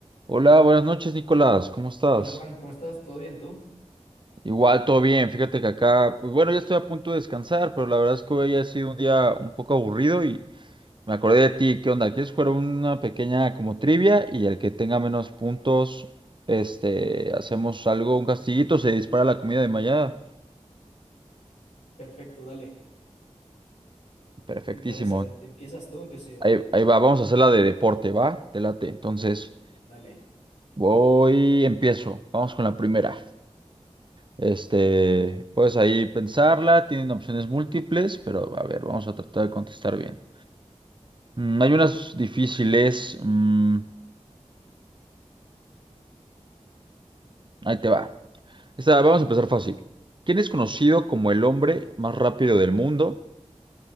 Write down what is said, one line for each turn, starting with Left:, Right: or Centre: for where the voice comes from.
Right: Hola, buenas noches, Nicolás. ¿Cómo estás?
Left: Hola Juan, ¿cómo estás? ¿Todo bien tú?
Right: Igual, todo bien. Fíjate que acá, pues bueno, ya estoy a punto de descansar, pero la verdad es que hoy ha sido un día un poco aburrido y me acordé de ti. ¿Qué onda? ¿Quieres jugar una pequeña como trivia y el que tenga menos puntos, este, hacemos algo, un castillito, se dispara la comida de mañana?
Left: Perfecto, dale.
Right: Perfectísimo.
Left: Me parece, a ver, ¿te ¿empiezas tú o empiezo yo?
Right: Ahí, ahí va, vamos a hacer la de deporte, ¿va? Te late. Entonces,
Left: Dale.
Right: voy, empiezo. Vamos con la primera. Este, puedes ahí pensarla, tienen opciones múltiples, pero a ver, vamos a tratar de contestar bien. Mm, hay unas difíciles. mm, ahí te va. Esta, vamos a empezar fácil. ¿Quién es conocido como el hombre más rápido del mundo?